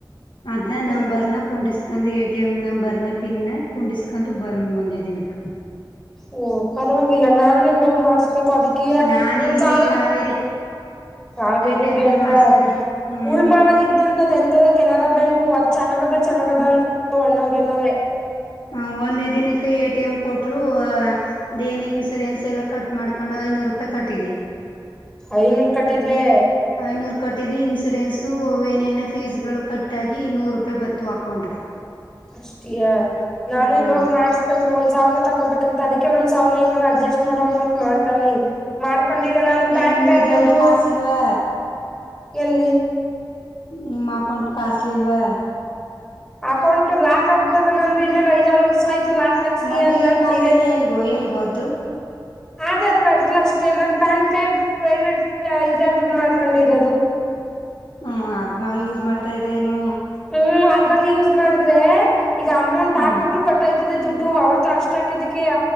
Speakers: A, on the left; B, in the centre.
A: ಅದ್ನ
B: ಹ್ಮ
A: ನಂಬರ್ ನ ಕುಂಡಿಸ್ಕಂದು ಎ ಟಿ ಎಂ ನಂಬರ್ನ ಪಿನ್ನ ಕುಂಡಿಸ್ಕಂದು ಬಂದ್ವ ವಂದೇ ದಿನಕ್ಕ.
B: ಓ ಪರವಾಗಿಲ್ಲ ನಾನೀಗ್ ಹೋಗಿ ಮಾಡಿಸಬೇಕು ಅದಕ್ಕಿಯ
A: ನಾನ
B: ಒಂದ್
A: ಇಲ್ಲಿ
B: ಸಾವಿರ.
A: ಕಾವೇರಿ
B: ಕಾವೇರಿ
A: ಬ್ಯಾಂಕ್
B: ಬ್ಯಾಂಕ
A: ಅಲ್ಲಿ ಮಾಡ್ಸಿರೋದು ಹ್ಮ್
B: ಉಳ್ ಮಾವಲಿ. ತಿಂತದೆಂತದೋ ಕೆನರಾ ಬ್ಯಾಂಕು ಅದ್ ಚೆನ್ನಗದ ಚೆನ್ನಾಗ ಅದ ಅಂತ ಎಲ್ಲಾರೆಲ್ಲವೇ.
A: ಹ ಒಂದೇ ದಿನಕ್ಕೆ ಎ ಟಿ ಎಂ ಕೊಟ್ರು ಹಾ. ಅದೇಏನು ಇನ್ಸೂರೆನ್ಸ್ ಎಲ್ಲ ಕಟ್ ಮಾಡ್ಕೊಂಡು ಐನೂರು ರೂಪಾಯಿ ಕಟ್ಟಿದ್ವಿ.
B: ಐನೂರು ಕಟ್ಟಿದ್ರೆ.
A: ಐನೂರು ಕಟ್ಟಿದ್ವಿ ಇನ್ಶೂರೆನ್ಸು ಏನೇನೋ ಫೀಸ್ ಗಳು ಕಟ್ಟದು ನೂರು ರೂಪಾಯಿ ಬತ್ತು ಅಕೌಂಟ್ಗ.
B: ಅಷ್ಟಿಯ ನಾನು
A: ಹ್ಮ್
B: ಇಲ್ಲೋಗ್ ಮಾಡಸ್ತೆ. ಒಂದ್ ಸಾವಿರ ತೊಕೋಬೇಕು ಅಂತ ಅದಕ್ಕೆ ಒಂದ್ ಸಾವಿರ ಹೆಂಗಾರ ಅಡ್ಜಸ್ಟ್ ಮಾಡೋಮ್ ಅಂತ ಮಾಡ್ತಾನಿ. ಮಾಡ್ಕೊಂಡು ಈಗ ನಾನು ಪ್ಯಾನ್
A: ನಿಮ್
B: ಪೆ
A: ಇದ್ರಲ್ಲಿ
B: ಅದು ಇದು
A: ಕಾಸಿಲ್ವಾ
B: ಎಲ್ಲಿ.
A: ನಿಮ್ಮ ಅಕೌಂಟ್ ಕಾಸ್ಲಿಲ್ವಾ.
B: ಅಕೌಂಟ್ ಲಾಕ್ ಆಗ್ಬಿಟ್ಟೈತೆ ನಂದು ಇನ್ನೇನ್ ಐದಾರು ವರ್ಷ ಆಯ್ತ ಲಾಕ್. ತಗ್ಸಿ
A: ಮಂದಿ
B: ಅದ್ನ
A: ಕಾಸಲಿ
B: ಈಗ
A: ಎಲ್ಗೋ ಎಲ್ಗೊದ್ದು.
B: ಆಧಾರ್ ಕಾರ್ಡಲು ಅಷ್ಟೇ ನನ್ ಪ್ಯಾನ್ ಪೇ ಪ್ರೈವೇಟ್ ಇದ್ರಾಗಿ ಮಾಡ್ಕೊಂಡಿರೋದು.
A: ಹ್ಮ್ ಅದ್ನ ಯೂಸ್ ಮಾಡ್ತಾ ಇದೆ ಏನು.
B: ಹ್ಮ್ ಅದ್ರಲ್ಲಿ ಯೂಸ್ ಮಾಡಿದ್ರೆ ಈಗ ಅಮೌಂಟ್
A: ಹ್ಮ್
B: ಹಾಕುದ್ರು ಕಟ್ಟು ದುಡ್ಡು ಅವತ್ತು ಅಷ್ಟಾಗಿದ್ದಕ್ಕೆಯ